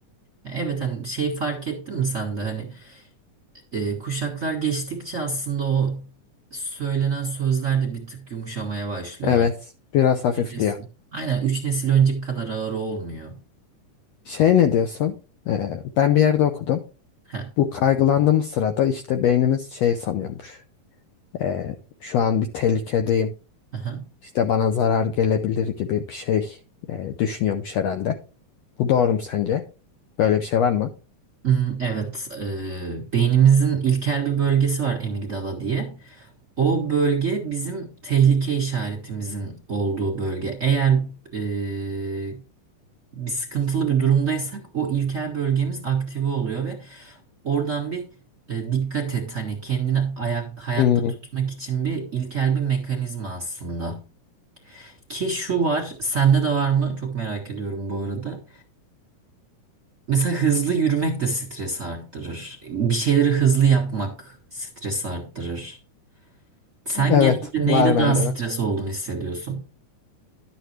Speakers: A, on the right; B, on the left.
A: Evet hani şey fark ettin mi sen de hani e, kuşaklar geçtikçe aslında o söylenen sözler de bir tık yumuşamaya başlıyor.
B: Evet,
A: Hani
B: biraz hafifliyor.
A: üç nesil. Aynen üç nesil önceki kadar ağır olmuyor.
B: Şey ne diyorsun? E, ben bir yerde okudum.
A: Heh.
B: Bu kaygılandığımız sırada işte beynimiz şey sanıyormuş. Ee, şu an bir tehlikedeyim.
A: Aha.
B: İşte bana zarar gelebilir gibi bir şey e, düşünüyormuş herhalde. Bu doğru mu sence? Böyle bir şey var mı?
A: Hmm, Evet, e, beynimizin ilkel bir bölgesi var amigdala diye. O bölge bizim tehlike işaretimizin olduğu bölge. Eğer e, bir sıkıntılı bir durumdaysak o ilkel bölgemiz aktive oluyor ve oradan bir e, dikkat et hani kendini ayak, hayatta
B: Hmm,
A: tutmak için bir ilkel bir mekanizma aslında. Ki şu var, sende de var mı? Çok merak ediyorum bu arada. Mesela hızlı yürümek de stresi arttırır. Bir şeyleri hızlı yapmak stresi arttırır. Sen
B: evet
A: genelde neyde
B: var
A: daha
B: bende
A: stres
B: de.
A: olduğunu hissediyorsun?